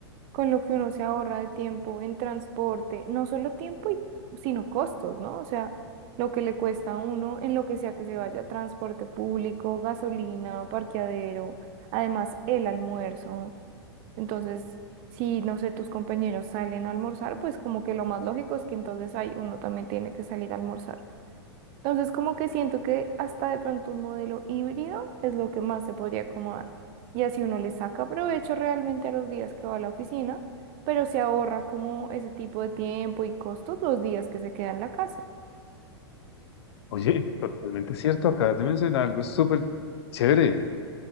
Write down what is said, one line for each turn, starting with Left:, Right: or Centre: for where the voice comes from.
Right: con lo que uno se ahorra de tiempo en transporte, no solo tiempo, y- sino costos, ¿no? O sea, lo que le cuesta a uno en lo que sea que se vaya, transporte público, gasolina, parqueadero, además el almuerzo. Entonces, si, no sé, tus compañeros salen a almorzar, pues como que lo más lógico es que entonces ahí uno también tiene que salir a almorzar. Entonces, como que siento que hasta de pronto un modelo híbrido es lo que más se podría acomodar. Y así uno le saca provecho realmente a los días que va a la oficina, pero se ahorra como ese tipo de tiempo y costos los días que se queda en la casa.
Left: Oye, totalmente cierto, acabas de mencionar algo súper chévere.